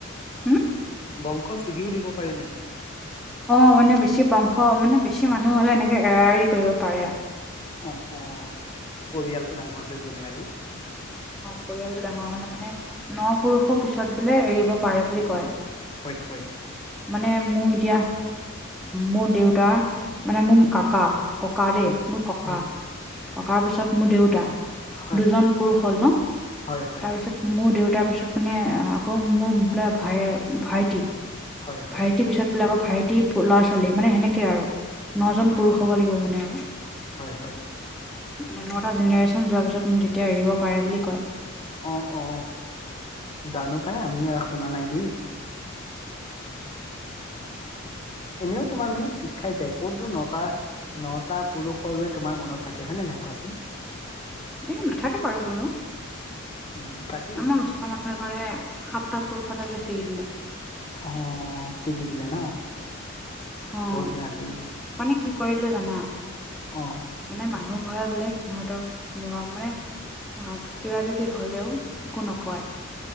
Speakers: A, in the centre; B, on the left.
A: হুম
B: বংশ ছিগিও দিব পাৰে নেকি
A: অ' মানে বেছি বংশ মানে বেছি মানুহ হ'লে এনেকে এৰা এৰি কৰিব পাৰে
B: অ অ পৰিয়ালটো ডাঙৰ হৈ গ'লে আৰু।
A: অ' পৰিয়ালটো ডাঙৰ হ'লে মানে ন' পুৰুষৰ পিছত বোলে এৰিব পাৰে বুলি কয়।
B: হয় হয়।
A: মানে মোৰ এতিয়া মোৰ দেউতাৰ মানে মোৰ কাকা। ককা দেই
B: হয়
A: মোৰ ককা
B: হয়
A: ককাৰ পিছত মোৰ দেউতা
B: হয়
A: দুজন পুৰুষ সম্পূৰ্ণ তাৰ
B: হয় হয়
A: তাৰপিছত মোৰ দেউতাৰ পিছত মানে আকৌ মোৰ বোলে ভাইয়া ভাইটি
B: হয় হয় হয়
A: ভাইটিৰ পিছত বোলে আকৌ ভাইটি ল'ৰা ছোৱালী মানে সেনেকে আৰু নজন পুৰুষ
B: হয়
A: হ'ব লাগিব মানে আৰু
B: হয় হয়
A: মানে নটা জেনেৰেচন যোৱাৰ পিছত তেতিয়া এৰিব পাৰে বুলি কয়
B: অ অ অ জানো পাই আমি ইয়াক শুনা নাই দেই এনেও তোমাৰ মানে শিক খাই যায় কতনো নটা নটা পুৰুষলৈ তোমাৰ মনত থাকে হয়নে নাই কোৱাচোন।
A: এই নাথাকে বাৰু কোনো
B: উম তাকেই
A: আমাৰ ওচৰ মানুহ মানুহ এঘৰে সাতটা পুৰুষটে বোলে ছিগিছিল
B: অহ ছিগি দিলে ন
A: অ'
B: বহুত বেয়া কৰিলে
A: মানে কি কৰিলে জানা।
B: অ
A: মানে মানুহ ঘৰে বোলে সিহঁতৰ মৰম মানে। অ' কিবা কিবি হ'লেও একো নকয়।